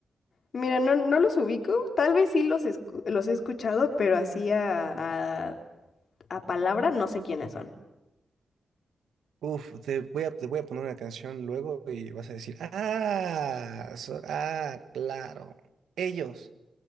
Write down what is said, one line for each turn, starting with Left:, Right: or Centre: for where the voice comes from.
Left: mira, no, no los ubico. Tal vez sí los, escu- los he escuchado, pero así a, a, a palabra no sé quiénes son.
Right: Uf, te voy a, te voy a poner una canción luego y vas a decir, ah, so- ah, claro, ellos,